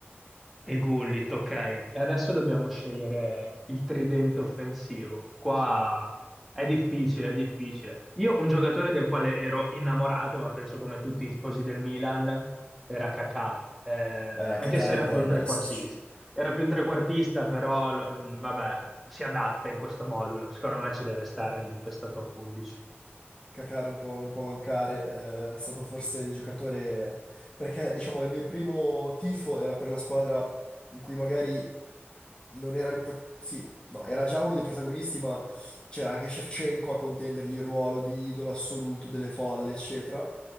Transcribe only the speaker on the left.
Eh,
Kakà
non
può
non
esserci.
Kakà non può, non può mancare, eh, è stato forse il giocatore, perché diciamo il mio primo tifo era per la squadra in cui magari non era il... pro- Sì, no, era già uno dei protagonisti, ma c'era anche Shevchenko a contendergli il ruolo di idolo assoluto delle folle, eccetera.